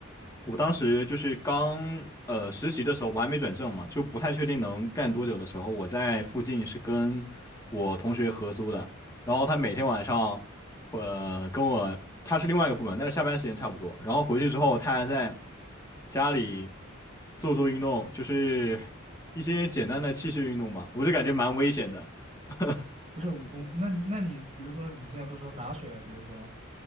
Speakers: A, on the left; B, on the right.
A: 我当时就是刚呃实习的时候，我还没转正嘛，就不太确定能干多久的时候，我在附近是跟我同学合租的，然后他每天晚上会、呃、跟我，他是另外一个部门，但是下班时间差不多，然后回去之后他还在。家里做做运动，就是一些简单的器械运动吧，我就感觉蛮危险的。<laughs>
B: 不是我，那那你比如说你之前不是说打水啊，比如说